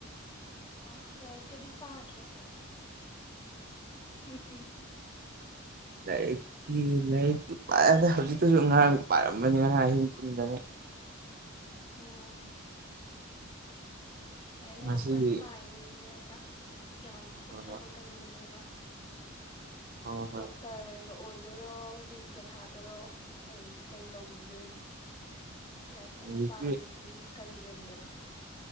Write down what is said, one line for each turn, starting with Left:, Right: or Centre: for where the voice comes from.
Left: ꯑꯣ ꯂꯥꯏꯔꯤꯛꯀꯗꯤ ꯄꯥꯗ꯭ꯔꯕꯣ <unintelligible>
Right: ꯂꯥꯏꯔꯤꯛꯀꯤ ꯂꯥꯏꯔꯤꯛꯇꯤ ꯄꯥꯢꯌꯦꯗ ꯍꯧꯖꯤꯛꯇꯁꯨ ꯉꯔꯥꯡ ꯄꯥꯔꯝꯕꯅꯦ ꯉꯥꯔꯥꯡ ꯑꯍꯤꯡ ꯇꯨꯝꯗꯉꯩ
Left: ꯑꯣ ꯂꯥꯢꯔꯤꯛ
Right: ꯉꯁꯤꯒꯤ
Left: ꯌꯥꯝ ꯀꯟꯅ ꯄꯥꯏꯅꯦ ꯑꯗꯨꯗꯤ ꯅꯠꯇ꯭ꯔꯥ ꯌꯥꯝ ꯍꯣꯠꯅꯕ
Right: ꯍꯣꯏ
Left: ꯀꯟꯕꯅꯦꯕ
Right: ꯍꯣꯏ ꯍꯣꯏ
Left: ꯗꯣꯛ ꯇꯔꯒ ꯑꯣꯏꯗꯣꯏꯔꯣ ꯅꯤꯠꯀ ꯊꯥꯗꯣꯔꯣ ꯀꯩ ꯀꯩ ꯇꯧꯕꯤꯗꯣꯏꯅꯣ
Right: <inaudible>
Left: ꯂꯥꯏꯔꯤꯛ ꯀꯟꯅ
Right: ꯌꯨ
Left: ꯄꯥꯏꯔꯤꯁꯤꯒꯤ
Right: ꯄꯤ
Left: ꯀꯔꯤ ꯑꯦꯝꯗꯅꯣ